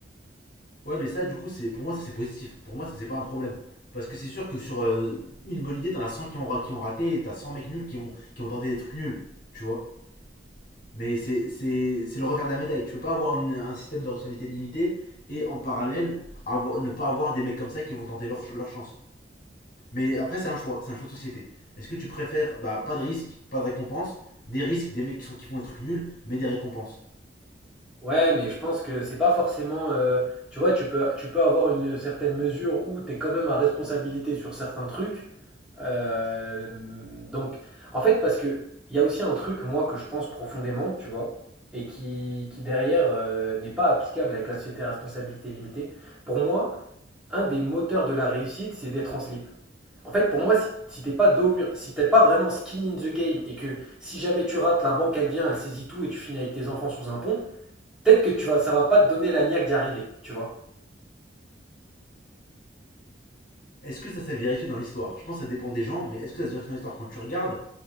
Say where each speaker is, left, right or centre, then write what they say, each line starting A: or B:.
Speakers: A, on the left (about 50°); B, in the centre.
A: Ouais, mais ça, du coup, c'est pour moi, ça c'est positif. Pour moi, ça c'est pas un problème. Parce que c'est sûr que sur euh, une bonne idée, t'en as 100 qui ont, ra- qui ont raté et t'as 100 mecs nuls qui ont, qui ont tenté des trucs nuls. Tu vois? Mais c'est c'est- c'est le revers de la médaille. Tu peux pas avoir une- un système de responsabilité limité et en parallèle avoir- ne pas avoir des mecs comme ça qui vont tenter leur, ch- leur chance. Mais après, c'est un choix. C'est un choix de société. Est-ce que tu préfères bah, pas de risque, pas de récompense, des risques, des mecs qui, sont, qui font des trucs nuls, mais des récompenses?
B: Ouais, mais je pense que c'est pas forcément. euh, tu vois, tu peux, tu peux avoir une certaine mesure où tu es quand même à responsabilité sur certains trucs. Euh, donc, en fait, parce que il y a aussi un truc, moi, que je pense profondément, tu vois, et qui, qui derrière euh, n'est pas applicable avec la société à responsabilité limitée. Pour moi, un des moteurs de la réussite, c'est d'être en slip. En fait, pour moi, si, si t'es pas dos au mur, si t'es pas vraiment skin in the game, et que si jamais tu rates, la banque, elle vient, elle saisit tout, et tu finis avec tes enfants sous un pont. Peut-être que tu vas, ça va pas te donner la niaque d'y arriver, tu vois.
A: Est-ce que ça s'est vérifié dans l'histoire? Je pense que ça dépend des gens, mais est-ce que ça s'est vérifié dans l'histoire quand tu regardes?